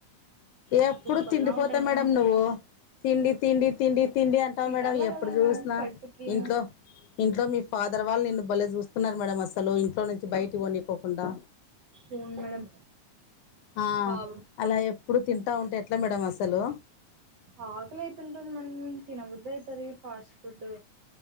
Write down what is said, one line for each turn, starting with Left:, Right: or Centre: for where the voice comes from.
Left: ఎప్పుడు
Right: సూపర్
Left: తిండిపోతె
Right: గా ఉంటాయి
Left: మేడం
Right: మోమోస్
Left: నువ్వు తిండి తిండి తిండి తిండి అంటాం
Right: తినాల
Left: మేడం ఎప్పుడు
Right: కదా
Left: చూసిన
Right: మేడం కడుపుకి
Left: ఇంట్లో ఇంట్లో మీ ఫాదర్ వాళ్ళు నిన్న బలే చూస్తున్నారు మేడం అసలు ఇంట్లో నుంచి బయటికి పోనికోకుండా
Right: అవును మేడం
Left: ఆ
Right: పాపం
Left: అలా ఎప్పుడు తింటా ఉంటే ఎట్లా మేడం అసలు
Right: ఆకలి అయితుంటుంది మేడం తినబుద్దయితది ఫాస్ట్ ఫుడ్